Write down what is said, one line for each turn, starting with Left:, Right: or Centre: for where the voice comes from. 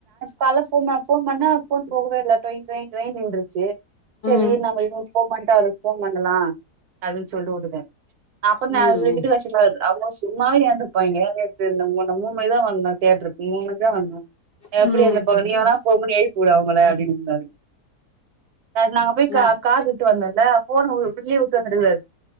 Right: கால்ல ஃபோன்மா ஃபோன் பண்ணா ஃபோன் போகவேல்ல டொய்ன் டொய்ன் டொய்ன் நின்றுச்சி செரி
Left: ம்
Right: நாம <unintelligible> ஃபோன் பண்ட்டா அதுக் ஃபோன் பண்ணலா அதுன் சொல்ட்டு வுட்டுடே அப்பன்
Left: ம்
Right: நா‌ இது வீட்டு வாஷின் மேது மோ சும்மாவே ஏந்துப்பாய்ங்கே நேத்து நம்மூ நா மூன் மணிக்தா வந்த தேட்ருக் மூன் மணிதா வந்தோ எப்டி
Left: ம்
Right: அதுக போக நீ‌ எதுல போ முடியய் புரா அவங்கள அப்டின்னுந்தா நாங்க போய்
Left: ந
Right: கார கார்வுட்டு வந்தோல்ல ஃபோனு புள்ளய விட்டு வந்துட்டுக்குறாரு